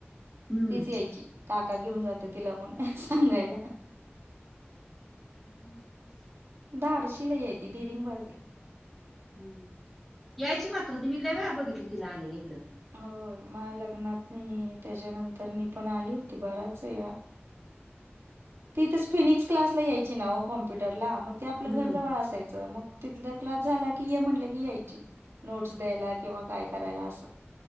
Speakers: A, in the centre; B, on the right (about 80°).
A: हम्म
B: तीच यायची काका घेऊन जाते तिला म्हणून सांगायला.
A: <unintelligible>
B: धाडसी लय हाय ती डेरिंगबाज ये
A: हम्म यायची मात्र ती मी लय वेळा बघितले तिला आलेल ईकड
B: होय मया लग्नात नाही त्याच्यानंतर मी पण आली होती बराच वेळा. तिथंच फिनिक्स क्लासला यायची ना हो कॉम्प्युटरला मग ते आपलं
A: हम्म
B: घरजवळ असायचं मग. तिथला क्लास झाला की ये म्हटलं की यायची. नोट्स द्यायला किंवा काय करायला असं.